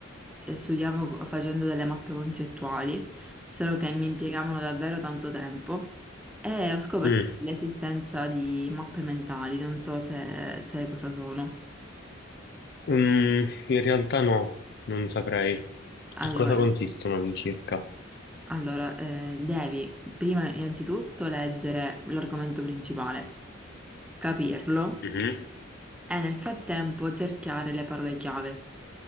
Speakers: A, in the centre; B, on the left.
A: eh, studiavo co- facendo delle mappe concettuali, solo che mi impiegavano davvero tanto tempo e ho scoperto
B: Mm.
A: l'esistenza di mappe mentali, non so se sai cosa sono.
B: Mm, in realtà no, non saprei.
A: Allora,
B: In cosa consistono all'incirca?
A: allora, eh, devi prima innanzitutto leggere l'argomento principale, capirlo
B: Mhm.
A: e nel frattempo cercare le parole chiave.